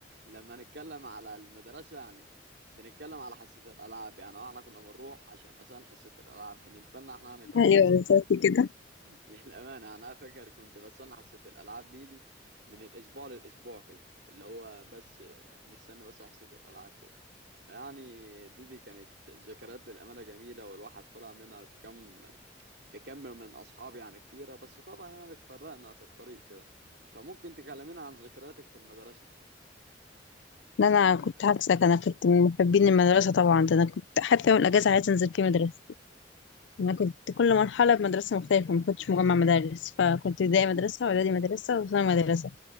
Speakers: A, on the right (about 65°); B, on the left (about 80°).
A: لما نتكلم على المدرسة يعني بنتكلم على حصة الألعاب يعني واحنا كنا بنروح عشان أصلا حصة الألعاب بالنسبة لنا احنا يعني كأطفال
B: أيوة بالظبط كده
A: <laughs> للأمانة يعني أنا فاكر كنت بستنى حصة الألعاب دي دي من الأسبوع للأسبوع كده اللي هو بس مستني بس حصة الألعاب كده فيعني دي دي كانت ذكريات للأمانة جميلة والواحد طلع منها بكم بكم من أصحابي يعني كتيرة بس طبعا يعني اتفرقنا في الطريق كده فممكن تكلمينا عن ذكرياتك في المدرسة
B: لا أنا كنت عكسك أنا كنت من محبين المدرسة طبعا ده أنا كنت حتى يوم الأجازة عايزة أنزل في مدرستي أنا كنت كل مرحلة بمدرسة مختلفة ما كنتش مجمع مدارس فكنت ابتدائي مدرسة وإعدادي مدرسة وثانوي مدرسة